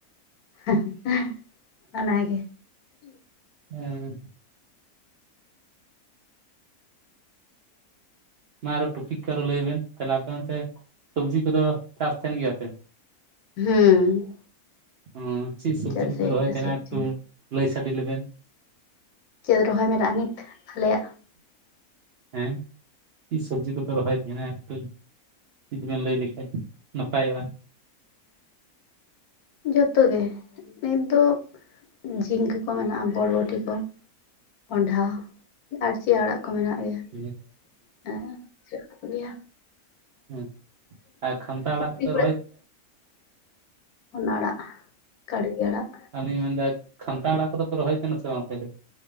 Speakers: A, on the left; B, on the right.
A: <unintelligible> ᱚᱱᱟ ᱜᱮ
B: ᱦᱮᱸ ᱢᱟ ᱟᱨᱚ ᱴᱩᱯᱤᱠ ᱠᱚ ᱟᱨᱚ ᱞᱟᱹᱭ ᱵᱮᱱ ᱛᱟᱦᱞᱮ ᱟᱯᱮ ᱚᱱᱛᱮ ᱥᱚᱵᱡᱤ ᱠᱚᱫᱚ ᱪᱟᱥ ᱛᱟᱦᱮᱱ ᱜᱮᱭᱟᱯᱮ?
A: ᱦᱩᱸ
B: ᱚ ᱪᱮᱫ ᱥᱚᱵᱡᱤ
A: ᱪᱮᱫᱟᱜ
B: ᱠᱚᱯᱮ
A: ᱥᱮ
B: ᱨᱚᱦᱚᱭ ᱛᱟᱦᱮᱱᱟ
A: ᱥᱚᱵᱡᱤ
B: ᱮᱠᱴᱩ
A: ᱪᱮᱫ
B: ᱞᱟᱹᱭ ᱥᱟᱰᱮ ᱞᱮᱵᱮᱱ
A: ᱪᱮᱫ ᱨᱚᱦᱚᱭ ᱢᱮᱱᱟᱜᱼᱟ ᱱᱤᱛ ᱟᱞᱮᱭᱟᱜ
B: ᱦᱮᱸ ᱪᱮᱫ ᱥᱚᱵᱡᱤ ᱠᱚᱯᱮ ᱨᱚᱦᱚᱭ ᱛᱟᱦᱮᱱᱟ ᱮᱠᱴᱩ ᱡᱩᱫᱤ ᱵᱮᱱ ᱞᱟᱹᱭ ᱞᱮᱠᱷᱟᱡ ᱱᱟᱯᱟᱭᱚᱜᱼᱟ ᱾ <inaudible>
A: ᱡᱷᱚᱛᱚ ᱜᱮ᱾ ᱱᱤᱛ ᱫᱚ ᱼᱼ ᱡᱷᱤᱝᱜᱟᱹ ᱠᱚ ᱢᱮᱱᱟᱜᱼᱟ ᱵᱚᱨᱵᱚᱴᱤ ᱠᱚ। ᱠᱚᱱᱰᱷᱟ ᱟᱨ ᱪᱮ ᱟᱲᱟᱜ ᱠᱚ ᱢᱮᱱᱟᱜ ᱜᱮᱭᱟ᱾
B: ᱦᱮᱸ
A: ᱦᱮ ᱪᱮᱫ ᱠᱚ ᱞᱟᱹᱭᱟ ᱼᱼ
B: ᱦᱮᱸ ᱟᱨ ᱠᱷᱟᱱᱛᱟ ᱟᱲᱟᱜ
A: ᱯᱩᱠᱷᱨᱤ
B: ᱠᱚ ᱯᱮ ᱨᱚᱦᱚᱭᱟ ᱼᱼ
A: ᱩᱱᱟ ᱟᱲᱟᱜ ᱠᱟᱰᱜᱮ ᱟᱲᱟᱜ।
B: ᱟᱫᱚᱧ ᱢᱮᱱᱫᱟ ᱠᱷᱟᱱᱛᱟ ᱟᱲᱟᱜ ᱠᱚᱫᱚ ᱯᱮ ᱨᱚᱦᱚᱭ ᱛᱟᱦᱮᱱᱟ ᱥᱮ ᱵᱟᱝ ᱟᱯᱮ ᱫᱚ?